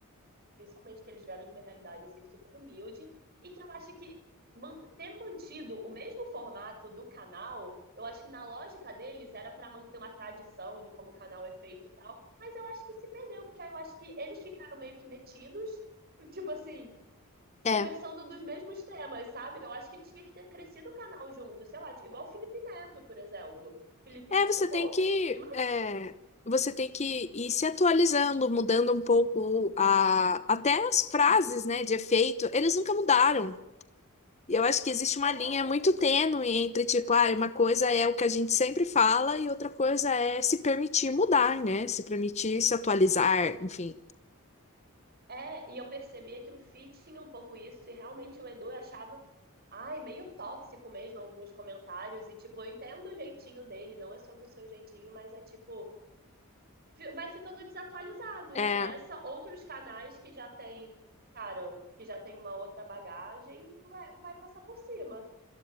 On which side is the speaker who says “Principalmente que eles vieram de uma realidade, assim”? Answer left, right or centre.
Right